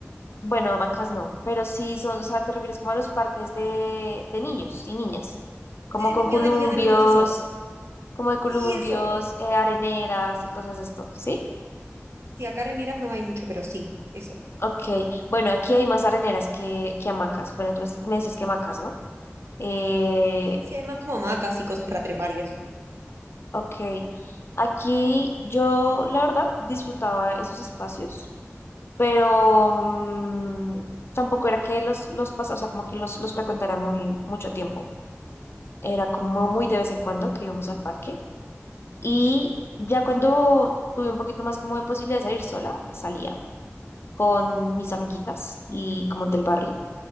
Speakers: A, on the left; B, on the right.
A: Bueno, hamacas no, pero sí son, o sea, te refieres como a los parques de, de niños y niñas, como
B: Sí, de
A: con
B: niños,
A: columpios,
B: de niños, de niños, eso.
A: como de columpios,
B: Sí, eso.
A: eh, areneras y cosas de esto, ¿sí?
B: Sí, acá en Heras no hay mucho, pero sí, eso.
A: Ok, bueno, aquí hay más areneras que, que hamacas. Bueno, entonces me decías que hamacas, ¿no? Eh,
B: Sí, hay más como hamacas y cosas para trepar y eso.
A: Ok, aquí yo la verdad disfrutaba esos espacios, pero mm, tampoco era que los, los pas- o sea, como que los, los frecuentara muy mucho tiempo. Era como muy de vez en cuando que íbamos al parque. Y ya cuando tuve un poquito más como de posibilidad de salir sola, salía con mis amiguitas y como del barrio